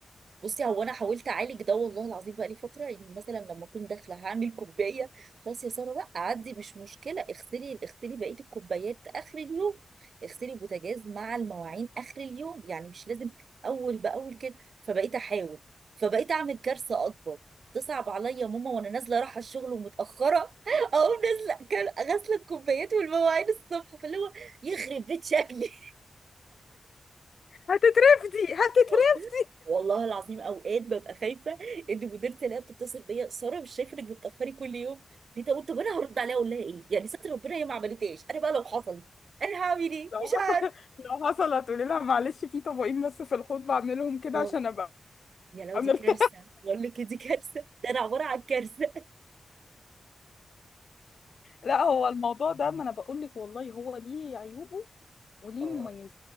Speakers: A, on the right; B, on the left.
A: بصي هو انا حاولت اعالج ده والله العظيم بقى لي فتره يعني مثلا لما اكون داخله هعمل كوبايه خلاص يا ساره بقى عدي مش مشكله اغسلي اغسلي بقيه الكوبايات اخر اليوم اغسلي البوتاجاز مع المواعين اخر اليوم يعني مش لازم اول باول كده فبقيت احاول فبقيت اعمل كارثه اكبر تصعب عليا ماما وانا نازله رايحه الشغل ومتاخره <laughs> اقوم نازله كان- غاسله الكوبايات والمواعين الصبح فاللي هو يخرب بيت شكلي
B: هتترفدي هتترفدي
A: والله والله العظيم اوقات ببقى خايفه ان مديرتي الاقيها بتتصل بيا ساره مش شايفه انك بتاخري كل يوم ليه طب طب انا هرد عليها اقول لها ايه يعني ستر ربنا هي ما عملتهاش انا بقى لو حصلت انا هعمل ايه
B: لو
A: مش
B: حصل-
A: عارف
B: <laughs> لو حصلت تقولي لها معلش في طبقين بس في الحوض بعملهم كده
A: والله
B: عشان ابقى
A: يا لو
B: عملت
A: دي كارثه بقول لك إيه، دي كارثه ده انا عباره عن كارثه
B: لا هو الموضوع ده ما انا بقول لك والله هو ليه عيوبه وليه
A: اه
B: مميز